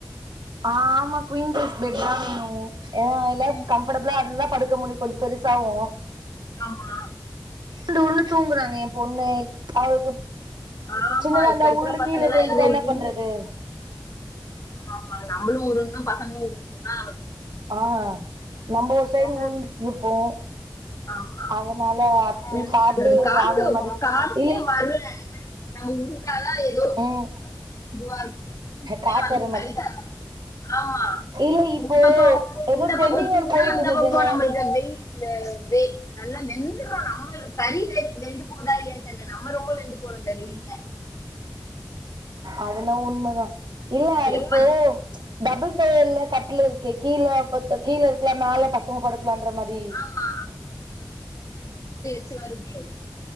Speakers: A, on the right; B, on the left.
A: ஆஹ் ஆமா குவீன்சஸ் பெட் தான் வேணும் எல்லாம்
B: ம்
A: கம்ஃபர்டபிளா இருதான் படுக்க முடியும் கொஞ்சம் பெருசாவும்
B: ஆமா
A: ண்டூ தூங்குறாங்க என் பொண்ணு அவளுக்கு
B: ஆமா
A: சின்னதா இருந்தா
B: இப்ப இருக்கிற
A: உருண்டு
B: பசங்கல்லா
A: கீழே விழுந்துட்டா
B: எங்க
A: என்ன
B: உருண்டு
A: பண்றது
B: ஆமா நம்மளும் உரும் பசமும் உரு தா
A: ஆஹ் நம்ம ஒரு சைடு
B: ஆ
A: ஊருந்துட்டு இருப்போம்
B: ஆமா
A: அதனால அப்படி
B: என்ன
A: பாத்து
B: பண்றது காத்து
A: வாங்குற மாரி
B: காத்தே
A: இல்லை
B: வர்ல நம்ம உருப்டாதா எதோ
A: ம்
B: கொஞ்ச இதுவா இருக்கு தூக்கமே
A: காத்தாற
B: வந்த மாரிதா
A: மாரி
B: ஆஹ்
A: இல்ல இப்போ
B: இந்த பக்க
A: ஏதோ
B: இந்த
A: ட்ரெண்டிங்
B: வந்து பக்க தூங்குனா
A: ஒன்னு போயிட்டு
B: அந்த
A: இருந்ததுங்க
B: பக்க நம்மளுக்கு வெயிலு வெ நல்ல வெண் இதுதா நம்மே கறி வெ வெந்து போதா இல்லயான் என்ன நம்ம ரொம்ப வெந்து போறோங்கிறது இல்ல
A: அதுனா உண்மதா இல்ல இப்பயே
B: எப்ப
A: டபுள் டோர்ல கட்டில் இருக்கு கீழ பச கீழ இருக்கலா மேல பசங்க படுக்கலான்ற மாரி
B: ஆமா ச்சு வருதே